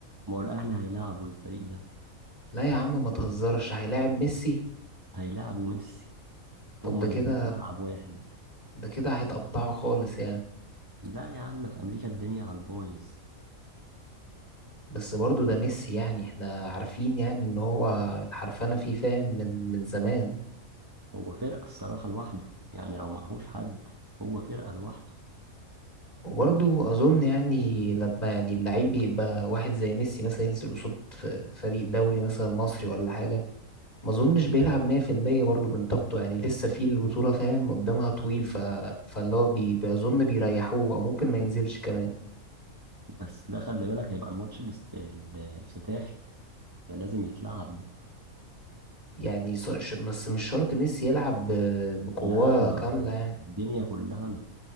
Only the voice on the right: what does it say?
ما هو الأهلي هيلعبوا الفريق ده
هيلعبوا ميسي
هما
الاتنين في ملعب واحد
لا يا عم في أمريكا الدنيا على البايظ
هو فرقة الصراحة لوحده يعني لو معهوش حد هو فرقة لوحده
بس ده خلي بالك هيبقى الماتش الاست- الافتتاحي ده لازم يتلعب ده
لا ما
الدنيا كلها مت...